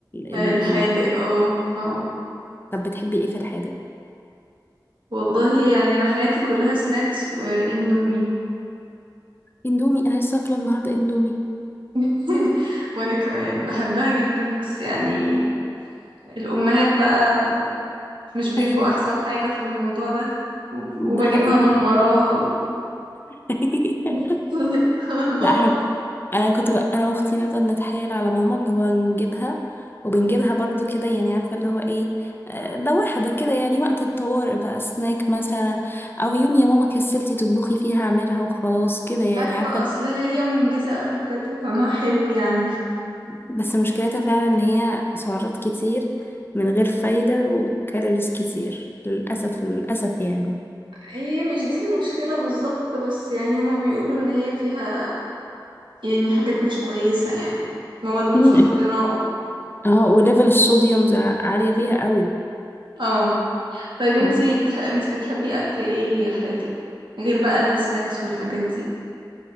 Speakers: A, on the right; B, on the left.
A: آه،
B: ال...
A: الحادق
B: ال...
A: اه اه
B: طب بتحبي ايه في الحادق
A: والله يعني انا حياتي كلها سناكس واندومي
B: اندومي انا لسه اكله النهارده اندومي
A: <laughs> وانا كمان بحبها جدا بس يعني الامهات بقى مش بيبقوا
B: ايوه
A: احسن حاجة في الموضوع ده وب- وبجيبها
B: ده حقيقي
A: من وراها و...
B: <laughs>
A: <laughs> والله
B: لا احنا انا كنت بقى انا واختي نفضل نتحايل على ماما اللي هو نجيبها وبنجيبها برضو كده يعني عارفة اللي هو ايه آه، لو واحدة كده يعني وقت الطوارئ بقى سناك مثلا او يوم يا ماما كسلتي تطبخي فيها اعملها وخلاص كده يعني
A: ايوه
B: عارفة
A: اصل هي منجزة قوي بجد وطعمها حلو يعني
B: بس مشكلتها فعلا ان هي سعرات كتير من غير فايدة وكالوريز كتير للأسف للأسف يعني
A: هي مش دي المشكلة بالظبط بس يعني هما بيقولوا ان هي فيها يعني حاجات مش كويسة يعني مواد مسرطنة
B: <laughs> مم.
A: و...
B: اه وليفل الصوديوم زع- عالية فيها قوي
A: اه طيب انتي
B: آه،
A: بتح... انتي بتحبي اكل ايه حادق غير بقى السناكس والحاجات دي